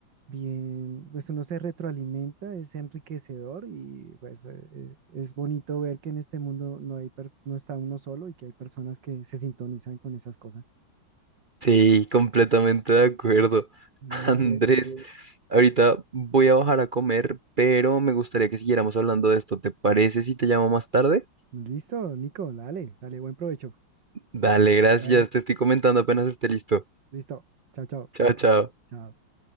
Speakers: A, on the right; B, on the right.
A: bien, pues uno se retroalimenta, es enriquecedor y pues eh, eh, es bonito ver que en este mundo no hay pers- no está uno solo y que hay personas que se sintonizan con esas cosas.
B: Sí, completamente de acuerdo.
A: Vale,
B: <laughs> Andrés, Sí. ahorita voy a bajar a comer, pero me gustaría que siguiéramos hablando de esto. ¿Te parece si te llamo más tarde?
A: listo, Nico, dale, dale, buen provecho.
B: Dale, gracias,
A: Bueno,
B: te estoy comentando apenas esté listo.
A: listo. Chao, chao.
B: Chao, chao.
A: Chao.